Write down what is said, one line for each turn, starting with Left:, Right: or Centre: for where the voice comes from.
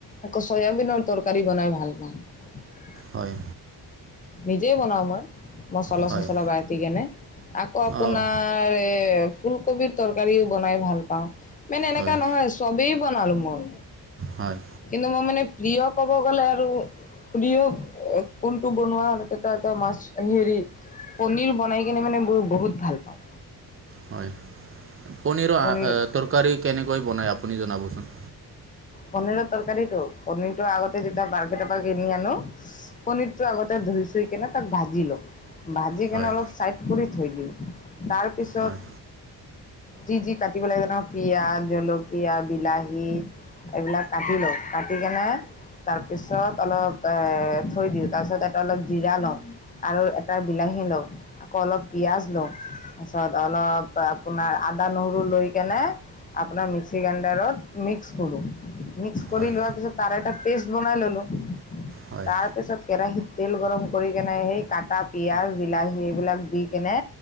Left: আকৌ চয়াবিনৰ তৰকাৰী বনাই ভাল পাওঁ।
Right: হয়
Left: নিজেই বনাও মই, মচলা
Right: হয়
Left: চচলা
Right: হয়
Left: বাতি কেনে। আকৌ আপোনা
Right: অঁ
Left: নাৰ এ ফুলকবিৰ তৰকাৰীও বনাই ভাল পাওঁ মানে এনেকা
Right: হয়
Left: নহয় চবেই বনালো মই
Right: হয়
Left: কিন্তু মই মানে প্ৰিয় ক'ব গ'লে আৰু দিয়ক কোনটো বনোৱা <unintelligible> মাছ হেৰি, পনিৰ বনাই কিনে মানে বোৰ বহুত ভাল পাওঁ
Right: হয়, পনীৰৰ অ
Left: পনীৰ
Right: তৰকাৰী কেনেকৈ বনায়, আপুনি জনাবচোন।
Left: পনিৰৰ তৰকাৰীটো, পনিৰটো আগতে যেতিয়া মাৰ্কেটৰ পৰা কিনি আনো, পনিৰটো আগত তাক ধুই-চুই কিনে তাক ভাজি লওঁ। ভাজি
Right: হয়
Left: কিনে অলপ চাইদ কৰি থৈ দিওঁ। তাৰ পিছত
Right: হয়
Left: যি যি কাটিব লাগে ন' পিয়াজ, জলকীয়া, বিলাহী এইবিলাক কাটি লওঁ কাটি কেনে তাৰপিছত অলপ এ থৈ দিওঁ, তাৰপিছত তাতে অলপ জিৰা লওঁ। আৰু এটা বিলাহী লওঁ। আকৌ অলপ পিয়াজ লওঁ, তাৰপিছত অলপ আপোনাৰ আদা নহৰু লৈ কেনে আপোনাৰ মিক্সি গ্ৰাইণ্ডাৰত মিক্স কৰোঁ মিক্স কৰি
Right: হয়
Left: লোৱাৰ পিছত তাৰ এটা পেষ্ট বনাই ল'লো।
Right: হয়
Left: তাৰ পিছত কেৰাহিত তেল গৰম কৰি কেনে সেই কাটা পিয়াজ, বিলাহী এইবিলাক দি কেনে